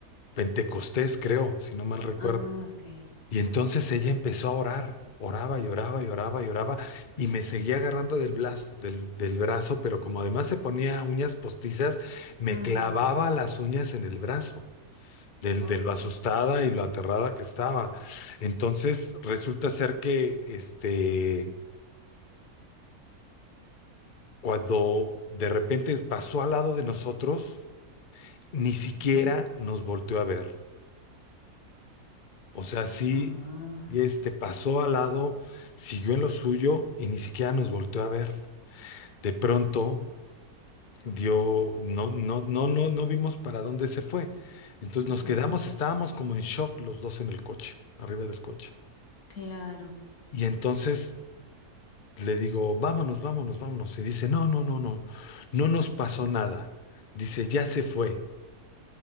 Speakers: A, on the left (about 50°); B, on the left (about 70°).
A: Pentecostés, creo, si no mal recuerdo.
B: Ah, ok.
A: Y entonces ella empezó a orar, oraba y oraba y oraba y oraba, y me seguía agarrando del brazo, del, del brazo, pero como además se ponía uñas postizas, me
B: Ajá.
A: clavaba las uñas en el brazo, del,
B: Oh,
A: de lo asustada y lo aterrada que estaba. Entonces resulta ser que este, cuando de repente pasó al lado de nosotros, ni siquiera
B: ujú.
A: nos volteó a ver. O sea, sí,
B: Ah,
A: este pasó al lado, siguió en lo suyo y ni siquiera nos volteó a ver. De pronto dio, no, no, no, no, no vimos para dónde se fue. Entonces
B: ajá.
A: nos quedamos, estábamos como en shock los dos en el coche, arriba del coche.
B: Claro.
A: Y entonces le digo, vámonos, vámonos, vámonos. Y dice, no, no, no, no, no nos pasó nada. Dice, ya se fue.